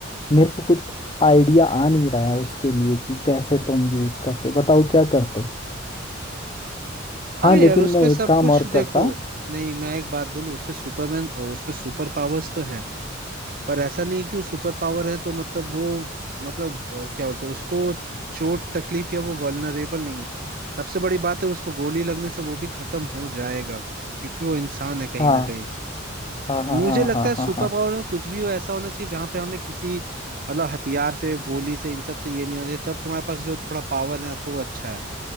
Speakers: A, on the left; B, on the right.
A: मेरे को कुछ आइडिया आ नहीं रहा है उसके लिए कि कैसे तुम यूज करते बताओ क्या करते
B: हाँ
A: हाँ लेकिन
B: यार उसमें
A: मैं एक
B: सब
A: काम
B: कुछ
A: और
B: देखो
A: करता
B: नहीं मैं एक बात बोलूं उससे सुपरमैन उसमें सुपर पावर्स तो है पर ऐसा नहीं है कि वो सुपर पावर है तो मतलब वो मतलब अ, क्या बोलते हैं उसको चोट तकलीफ या वो वल्नरेबल नहीं है सबसे बड़ी बात है उसको गोली लगने से वो भी खत्म हो जाएगा क्योंकि वो इंसान है कहीं
A: हाँ
B: ना कहीं
A: हाँ हाँ
B: मुझे
A: हाँ
B: लगता
A: हाँ
B: है सुपर
A: हाँ हाँ
B: पावर में कुछ भी हो ऐसा होना चाहिए जहां पे हमें किसी मतलब हथियार से गोली से इन सब से ये नहीं होना चाहिए तब तुम्हारे पास जो थोड़ा पावर है ना तो वो अच्छा है